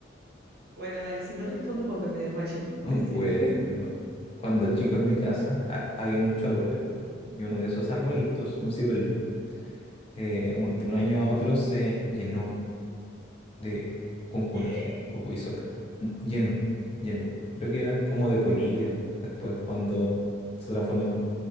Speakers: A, on the right (about 50°); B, on the left (about 30°).
A: Bueno, dale, si no respondo porque me desmaye.
B: <laughs>
A: Decime.
B: Bueno, cuando chico en mi casa ha- había muchos árboles
A: Ujú.
B: y uno de esos arbolitos, un ciruelo, eh, un-
A: Ay,
B: de
A: no.
B: un año a otro se llenó de cuncunas
A: <laughs>
B: o isocas. Mm, Lleno, lleno. Creo que eran como de polilla después cuando se transformaban,